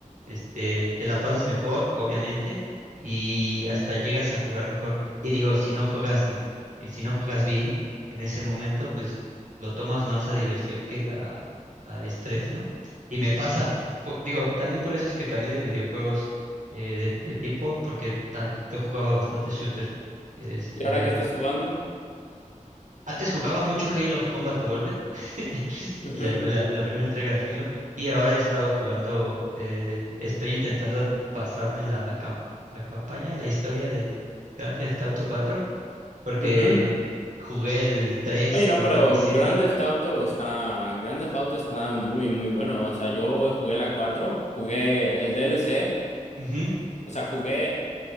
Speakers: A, on the right (about 70°); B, on the left (about 60°).
A: este, te la pasas mejor, obviamente, y hasta llegas a jugar mejor. Y digo, si no juegas me- y si no juegas bien en ese momento, pues lo tomas más a diversión que a, a estrés, ¿no? Y me pasa, po- po- digo, también por eso es que cambié de videojuegos eh, de, de tipo, porque ta- yo jugaba bastante shooter. Este,
B: ¿Y ahora qué estás jugando?
A: antes jugaba mucho Halo Combat Evolved, <laughs>
B: Ujú,
A: la, la- la primera entrega de Halo, y ahora he estado jugando, eh, estoy intentando pasarme la, cam- la campaña, la historia del Grand Theft Auto 4, porque
B: ujú.
A: jugué el 3,
B: Oye, no,
A: jugué
B: pero
A: el Vice
B: Grand
A: City,
B: Theft Auto está, Grand Theft Auto está muy, muy bueno. O sea, yo jugué la 4, jugué el DLC,
A: ujú,
B: o sea, jugué